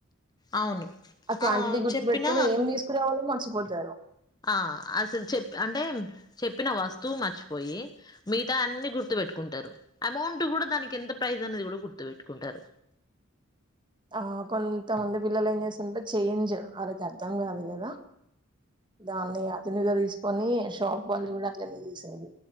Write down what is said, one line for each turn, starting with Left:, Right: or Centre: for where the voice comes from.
Left: అవును
Right: క్వాంటిటీ
Left: ఆ
Right: గుర్తు
Left: చెప్పిన
Right: పెట్టుకుని ఏం తీసుకురావాలో మర్చిపోతారు
Left: ఆ అసలు చెప్ప అంటే చెప్పిన వస్తువు మర్చిపోయి మిగతా అన్ని గుర్తు బెట్టుకుంటారు అమౌంట్ గూడా దానికి ఎంత ప్రైస్ అనేది గూడా గుర్తు పెట్టుకుంటారు
Right: ఆ కొంతమంది పిల్లలు ఏం చేస్తుంటే చేంజ్ అళకి అర్థం గాదు కదా దాన్ని అదునుగా తీస్ కొని షాప్ వాళ్ళు కూడా అట్లనే చేసేది